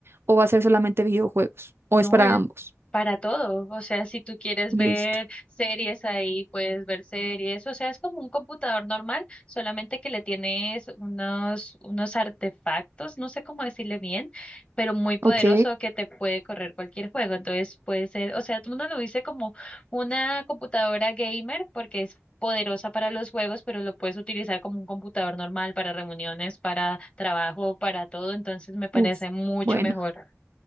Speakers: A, on the right; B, on the left.
A: o va a ser solamente videojuegos? ¿O
B: No,
A: es para
B: el
A: ambos?
B: para todo. O sea, si tú quieres
A: Listo.
B: ver series ahí, puedes ver series. O sea, es como un computador normal, solamente que le tienes unos, unos artefactos, no sé cómo decirle bien, pero muy poderoso
A: Ok.
B: que te puede correr cualquier juego. Entonces puede ser, o sea, uno lo dice como una computadora gamer porque es poderosa para los juegos, pero lo puedes utilizar como un computador normal para reuniones, para trabajo, para todo. Entonces me parece
A: Uf.
B: mucho
A: Bueno.
B: mejor.